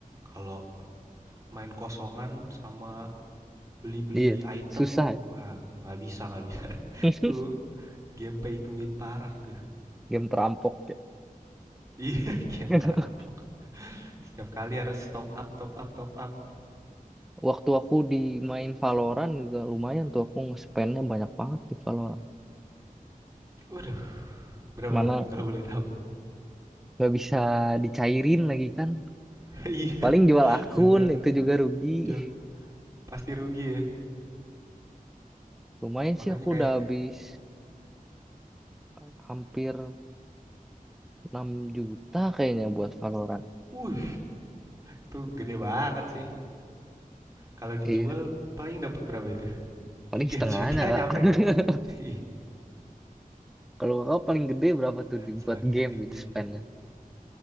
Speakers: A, on the right; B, in the centre.
A: kalau main kosongan sama beli-beli
B: Iya,
A: item
B: susah ya.
A: wah nggak bisa nggak bisa <laughs>
B: <laughs>
A: itu game pay to win parah itu
B: Game perampok ya.
A: iya <laughs> game
B: <laughs>
A: perampok setiap kali harus top up top up top up
B: Waktu aku di main Valorant juga lumayan tuh aku nge-spendnya banyak banget di Valorant.
A: waduh berapa
B: Mana
A: tuh kalau boleh tahu
B: nggak bisa dicairin lagi kan.
A: <laughs> iya
B: Paling jual akun
A: bener
B: itu juga rugi.
A: jual
B: <laughs>
A: pasti rugi ya
B: Lumayan
A: makanya
B: sih aku
A: kayak
B: udah habis eh, hampir enam juta kayaknya buat Valorant.
A: wuh itu gede banget sih kalau dijual
B: Iya,
A: paling dapat berapa itu <laughs>
B: paling
A: tiga
B: setengahnya
A: juta nyampe
B: kak. <laughs>
A: gak <laughs> ih
B: Kalau kakak paling gede berapa tuh dibuat
A: sakit
B: game
A: juga
B: gitu
A: sih
B: spendnya?